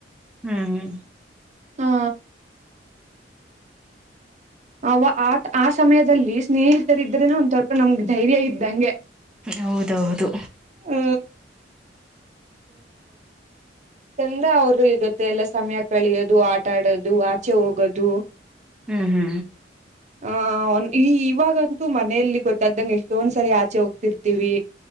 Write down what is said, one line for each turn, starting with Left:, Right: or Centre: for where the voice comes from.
Centre: ಹೂ ಹೂ
Right: ಹಾ ಅವ್ ಆಟ್ ಆ ಸಮಯದಲ್ಲಿ ಸ್ನೇಹಿತರಿದ್ರೇನೆ ಒಂದ್ ಸ್ವಲ್ಪ ನಮ್ಗೆ ಧೈರ್ಯ ಇದ್ದಾಂಗೆ
Centre: ಹೌದು ಹೌದು
Right: ಹೂ ಚಂದ ಅವರ್ದು ಇರುತ್ತೆ ಎಲ್ಲ ಸಮಯ ಕಳೆಯೋದು ಆಟ ಆಡೋದು ಆಚೆ ಹೋಗೋದು
Centre: ಹೂ ಹೂ
Right: ಹಾ ಈಇವಾಗಂತೂ ಮನೆಯಲ್ಲಿ ಗೊತ್ತಾಗ್ದಂಗೆ ಎಷ್ಟೊಂದು ಸರಿ ಆಚೆ ಹೋಗ್ತಿರ್ತೀವಿ.